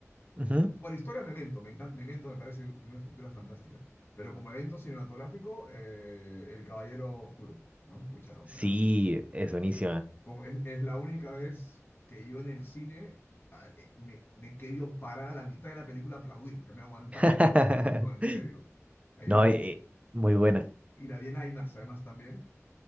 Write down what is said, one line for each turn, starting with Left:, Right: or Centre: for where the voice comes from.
Right: ujú.
Left: con historia Memento, me encanta, Memento me parece de una estructura fantástica, pero como evento cinematográfico, eh, El Caballero Oscuro, ¿no? Pucha, o
Right: Sí,
Left: sea...
Right: es buenísima.
Left: Como es, es la única vez que yo en el cine ah, eh, me, me he querido parar a la mitad de la película a aplaudir, que me ha aguantado.
Right: <laughs>
Left: No, en serio. Hay
Right: No,
Left: una,
Right: eh, eh, muy buena.
Left: y la vi en IMAX además también,